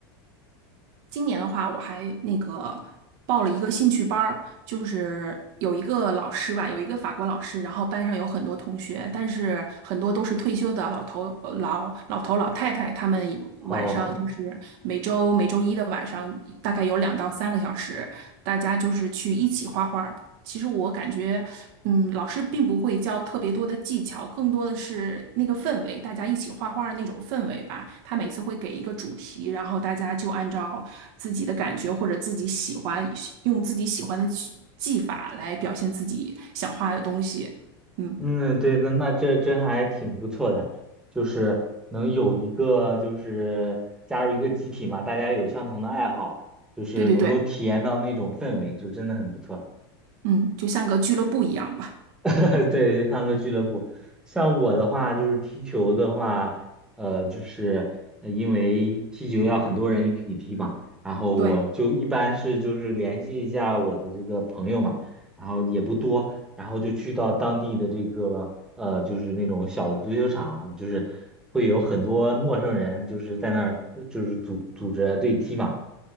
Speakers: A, on the right; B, in the centre.
A: 今年的话，我还那个报了一个兴趣班儿，就是有一个老师吧，有一个法国老师，然后班上有很多同学，但是很多都是退休的老头、呃老老头、老太太，他们有晚上就是每周每周一的晚上，
B: 哦，
A: 大概有两到三个小时，大家就是去一起画画。其实我感觉，嗯，老师并不会教特别多的技巧，更多的是那个氛围，大家一起画画的那种氛围吧。他每次会给一个主题，然后大家就按照自己的感觉或者自己喜欢，用自己喜欢的技技法来表现自己想画的东西。
B: <laughs>
A: 嗯，
B: 嗯，对，那那这这还挺不错的，就是能有一个就是加入一个集体嘛，大家有相同的爱好，就是能够体验到那种氛围，
A: 对对对，
B: 就真的很不错。
A: 嗯，就像个俱乐部一样吧。
B: <laughs> 对，对，上个俱乐部，像我的话就是踢球的话，呃，就是呃因为踢球要很多人一起踢嘛，然后我就一般是就是联系一下我的这个朋友嘛，
A: 对，
B: 然后也不多，然后就去到当地的这个呃，就是那种小的足球场，就是会有很多陌生人，就是在那儿就是组组织队踢嘛，